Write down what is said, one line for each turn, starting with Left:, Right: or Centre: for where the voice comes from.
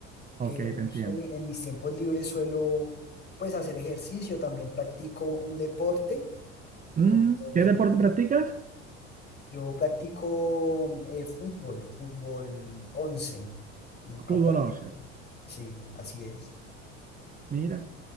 Right: Ok,
Left: Que, digamos,
Right: te entiendo.
Left: en, mi- en mis tiempos libres suelo, pues, hacer ejercicio, también practico un deporte.
Right: Mm,
Left: Entonces,
Right: ¿qué deporte
Left: no-
Right: practicas?
Left: yo practico mm, eh, fútbol, fútbol 11 en campo
Right: Fútbol
Left: abierto.
Right: once
Left: Sí, así es.
Right: Mira.